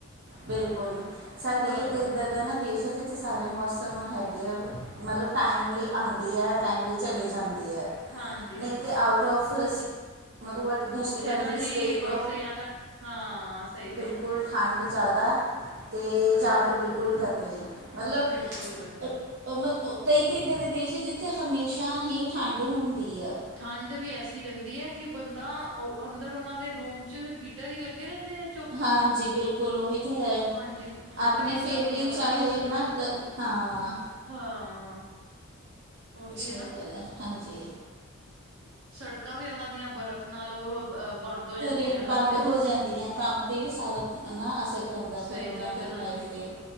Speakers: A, on the right; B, on the right.
A: ਬਿਲਕੁਲ ਸਾਡੇ
B: ਹਾਂ
A: ਇੱਕ ਇੱਦਾਂ ਦਾ ਨਾ ਦੇਸ਼ ਹੈ ਜੀ। ਇੱਥੇ ਸਾਰੇ ਮੌਸਮ ਹੈਗੇ, ਆ ਮਤਲਬ ਟਾਈਮ ਲਈ ਆਉਂਦੀ ਹੈ, ਟਾਈਮ ਲਈ ਚਲੀ ਜਾਂਦੀ ਹੈ।
B: ਹਾਂਜੀ
A: ਨਹੀਂ
B: ਹਾਂਜੀ
A: ਤਾਂ ਆਊਟ ਆਫ। ਮਤਲ ਦੂਸਰੀ
B: ਉੱਥੇ
A: ਕੰੰਟਰੀਜ਼
B: ਤਾਂ ਜੀ
A: ਦੇਖ ਲਓ,
B: ਬਸ ਜਾਂ ਤਾਂ ਹਾਂ ਸਹੀ
A: ਬਿਲਕੁਲ।
B: ਗੱਲ ਹੈ
A: ਠੰਡ ਜ਼ਿਆਦਾ ਅਤੇ
B: ਹਾਂਜੀ
A: ਜਾਂ ਫਿਰ ਬਿਲਕੁਲ, ਗਰਮੀ ਮਤਲਬ।
B: ਬਿਲਕੁਲ ਗਰਮੀ
A: ਮਤਲ ਕਈ ਤਾਂ ਇੱਦਾਂ ਦੇ ਦੇਸ਼ ਆ ਜਿੱਥੇ, ਹਮੇਸ਼ਾ ਹੀ ਠੰਡ ਹੁੰਦੀ ਆ।
B: ਠੰਡ ਵੀ ਐਸੀ ਰਹਿੰਦੀ ਹੈ, ਕਿ ਬੰਦਾ ਅੰਦਰ ਉਹਨਾਂ ਦੇ ਰੂਮ ਚ ਹੀਟਰ ਹੀ ਲੱਗੇ ਰਹਿੰਦੇ ਹੈ।
A: ਹਾਂਜੀ, ਬਿਲਕੁਲ ਉਹੀ ਤਾਂ ਹੈ,
B: ਹਾਂਜੀ ਠੰਡ
A: ਆਪਣੇ
B: ਏਦਾਂ
A: ਫਿਰ
B: ਦੀ
A: ਵੀ
B: ਆ ਉਹਨਾਂ
A: ਚਾਹੇ
B: ਦੀ ਕੋਟ
A: ਨਾ ਗ। ਹਾਂ।
B: ਹਾਂ। ਉਹੀ
A: ਸਹੀ
B: ਨਾ
A: ਗੱਲ ਹੈ, ਹਾਂਜੀ।
B: ਸੜਕਾਂ ਵੀ, ਉਹਨਾਂ ਦੀਆਂ ਬਰਫ਼ ਨਾਲ ਉਹ। ਅ ਬੰਦ ਹੋ ਜਾਂਦੀਆਂ
A: ਪੂਰੀਆਂ
B: ਰਸਤੇ
A: ਬੰਦ
B: ਵੀ
A: ਹੋ ਜਾਂਦੀਆਂ, ਕੰਮ ਤੇ ਵੀ ਸਾਰਾ ਨਾ ਅਸਰ ਪੈਂਦਾ
B: ਸਹੀ
A: ਫਿਰ ਉਹਨਾਂ
B: ਗੱਲ
A: ਦੀ
B: ਹੈ ਹਾਂਜੀ
A: ਲਾਈਫ। ਤੇ